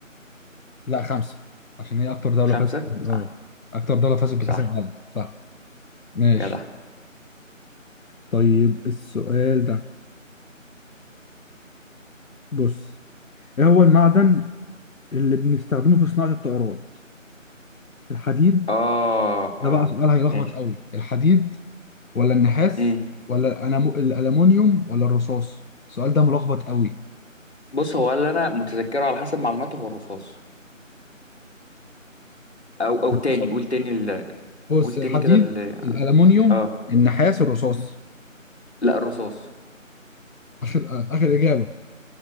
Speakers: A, on the left (about 85°); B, on the left (about 55°).
A: لا خمسة عشان هي اكتر دولة
B: خمسة
A: فازت بال-
B: صح
A: اه اكتر دولة فازت بكأس
B: صح
A: العالم صح ماشي
B: جدع
A: طيب السؤال ده بص ايه هو المعدن اللي بنستخدمه في صناعة الطائرات الحديد
B: اه
A: ده
B: اه
A: بقى سؤال هيلخبط
B: ماشي
A: قوي الحديد ولا النحاس
B: امم
A: ولا الأنامو- الألمونيوم ولا الرصاص السؤال ده ملخبط قوي
B: بص هو اللي انا متذكره على حسب معلوماتي هو الرصاص او او
A: بص
B: تاني قول تاني ال...
A: بص،
B: قول تاني
A: الحديد
B: كده ال...
A: الألمونيوم
B: اه
A: النحاس الرصاص
B: لا الرصاص
A: آخر آخر إجابة